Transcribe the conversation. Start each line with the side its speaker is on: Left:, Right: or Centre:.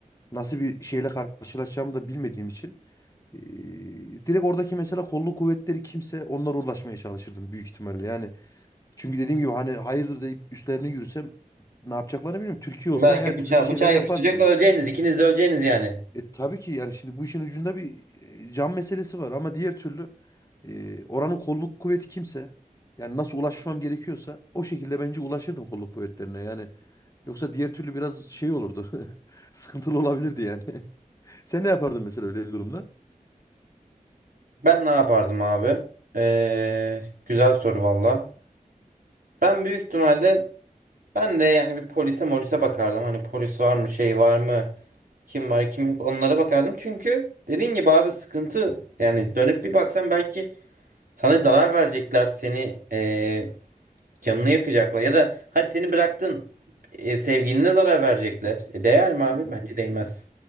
Left: Nasıl bir şeyle karşılaşacağımı da bilmediğim için ee, direkt oradaki mesela kolluk kuvvetleri kimse onlara ulaşmaya çalışırdım büyük ihtimalle. Yani çünkü dediğim gibi hani hayırdır deyip üstlerine yürüsem ne yapacaklarını bilmiyorum. Türkiye
Right: Belki
Left: olsa her
Right: bıça
Left: türlü bir şeyler
Right: bıçağı
Left: yaparsın.
Right: yapıştıracak öleceğiniz. ikiniz de öleceğiniz yani.
Left: E, tabii ki yani şimdi bu işin ucunda bir e, can meselesi var ama diğer türlü e, oranın kolluk kuvveti kimse yani nasıl ulaşmam gerekiyorsa o şekilde bence ulaşırdım kolluk kuvvetlerine yani yoksa diğer türlü biraz şey olurdu <laughs> sıkıntılı olabilirdi yani. <laughs> Sen ne yapardın mesela öyle bir durumda?
Right: Ben ne yapardım abi? Ee, güzel soru valla. Ben büyük ihtimalle ben de yani bir polise molise bakardım. Hani polis var mı şey var mı kim var kim yok onlara bakardım. Çünkü dediğin gibi abi sıkıntı yani dönüp bir baksan belki sana zarar verecekler seni ee, canını yakacaklar. Ya da hadi seni bıraktın ee, sevgiline zarar verecekler. E, değer mi abi?
Left: Hı hı.
Right: Bence değmez.